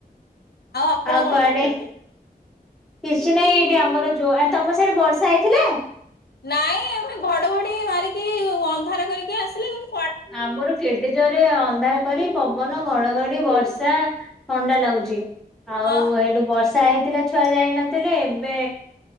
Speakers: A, on the left; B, in the centre.
A: ଆପଣ
B: ଆଉ
A: କଣ
B: କୁଆଡେ
A: କରୁଛନ୍ତି?
B: କିଛି ନାହିଁ ଏଇଠି ଆମର ଯୋଉ ତମ ସିଆଡେ ବର୍ଷା ହେଇଥିଲା।
A: ନାଇଁ ଘଡଘଡି ମାରିକି ଅନ୍ଧାର କରିକି ଆସିଲେ କି।
B: ଆମର କେଡେ ଜୋରେ ଅନ୍ଧାର କରି ପବନ ଘଡଘଡି ବର୍ଷା ଥଣ୍ଡା ଲାଗୁଛି।
A: ଅ
B: ଆଉ ଏଠୁ ବର୍ଷା ହେଇଥିଲା ଛୁଆ ଯାଇନଥିଲେ ଏବେ